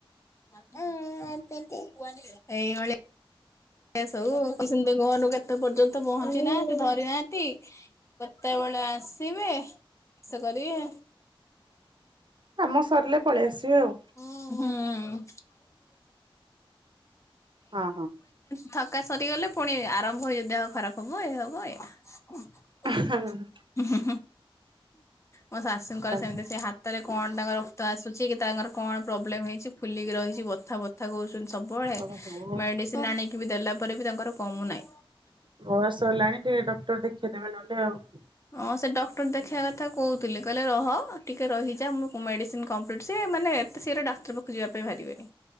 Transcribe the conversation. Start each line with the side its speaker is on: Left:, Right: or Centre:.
Left: <unintelligible> ଏଇଭଳି ଏ ସବୁ କି ସେମିତି ଘରୁ କେତେ ପର୍ଯ୍ୟନ୍ତ ପହଞ୍ଚି ନାହାନ୍ତି ଧରି ନାହାନ୍ତି? କେତେବୋଳେ ଆସିବେ କିଷ କରିବେ।
Right: କାମ ସରିଲେ ପଳେଇ ଆସିବେ ଆଉ।
Left: ଉଁ।
Right: ହଁ
Left: ଥକା ସରିଗଲେ ପୁଣି ଆରମ୍ଭ ହେଇ ଦେହ ଖରାପ ହବ ଏଇ ହବ ଏୟା।
Right: <unintelligible>
Left: <unintelligible> ମୋ ଶା ଶୁଙ୍କର
Right: ହଁ।
Left: ସେମିତି ସେ ହାତରେ କଣ ତାଙ୍କର ରକ୍ତ ଆସୁଛି କି ତାଙ୍କର କଣ ପ୍ରୋବ୍ଲେମ ହେଇଛି ଫୁଲିକି ରହିଛି ବଥା ବଥା କୋହୁଛନ୍ତି ସବୁବୋଳେ
Right: ହଉ
Left: ମେ ମେଡ଼ିସିନ୍ ଆଣିକି ବି ଦେଲା ପରେ ବି ତାଙ୍କର କମୁ ନାଇଁ।
Right: ବୟସ ହେଲାଣି ଟିକେ ଡକ୍ଟର ଦେଖେଇଦବେ ନହେଲେ ଆଉ।
Left: ହଁ ସେ ଡକ୍ଟର ଦେଖିଇବା କଥା କୋହୁଥୁଲେ କହିଲେ ରହ ଟିକେ ରହିଯା ମୁଁ ମେଡ଼ିସିନ୍ କମ୍ ପିଟ୍ ସିଏ ମାନେ ଏତେ ଶୀଘ୍ର ଡାକ୍ତର ପାଖୁକୁ ଯିବା ପାଇଁ ବାହାରିବେନି।